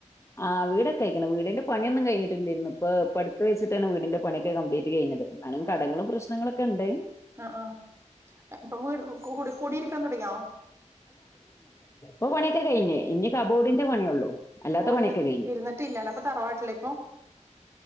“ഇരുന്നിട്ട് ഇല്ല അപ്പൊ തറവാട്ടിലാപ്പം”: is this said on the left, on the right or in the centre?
Right